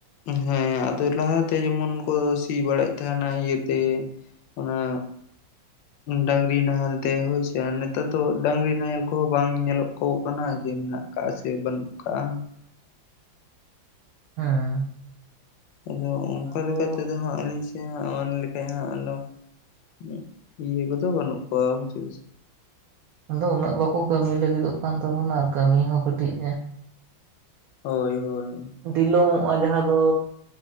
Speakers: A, on the left (about 75°); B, on the right (about 80°).
A: ᱦᱮᱸ ᱟᱫᱚ ᱞᱟᱦᱟᱛᱮ ᱡᱮᱢᱚᱱ ᱠᱚ ᱥᱤ ᱵᱟᱲᱟᱭᱮᱫ ᱛᱟᱦᱮᱱᱟ ᱤᱭᱟᱹᱛᱮ᱾ ᱚᱱᱟ᱾ ᱰᱟᱹᱝᱨᱤ ᱱᱟᱦᱮᱞ ᱛᱮ ᱦᱳᱭ ᱥᱮ ᱟᱨ ᱱᱮᱛᱟᱨ ᱫᱚ ᱰᱟᱹᱝᱨᱤ ᱱᱟᱦᱮᱞ ᱠᱚᱦᱚᱸ ᱵᱟᱝ ᱧᱮᱞᱚᱜ ᱠᱚ ᱠᱟᱱᱟ ᱡᱮ ᱢᱮᱱᱟᱜ᱾ ᱠᱟᱜ ᱥᱮ ᱵᱚᱱᱩᱜ ᱠᱟᱜ - ᱟ
B: ᱦᱮᱸ᱾
A: ᱟᱫᱚ ᱚᱱᱠᱟ
B: ᱚᱱᱟ ᱫᱚ
A: ᱞᱮᱠᱟᱛᱮᱫᱚ ᱦᱟᱸᱜ ᱟᱹᱞᱤᱧ <unintelligible> ᱤᱭᱟᱹ ᱠᱚᱫᱚ ᱵᱟᱹᱱᱩᱜ ᱠᱚᱣᱟ <unintelligible>
B: ᱟᱫᱚ ᱩᱱᱟᱹᱜ ᱵᱟᱠᱚ ᱠᱟᱹᱢᱤ ᱞᱟᱹᱜᱤᱫᱚᱜ ᱠᱟᱱ ᱛᱟᱵᱚᱱᱟ ᱟᱨ ᱠᱟᱹᱢᱤ ᱦᱚᱸ ᱠᱟᱹᱴᱤᱡ᱾
A: ᱦᱳᱭ ᱦᱳᱭ᱾
B: ᱫᱤᱞᱚᱢᱚᱜᱼᱟ ᱡᱟᱦᱟᱸ ᱫᱚ᱾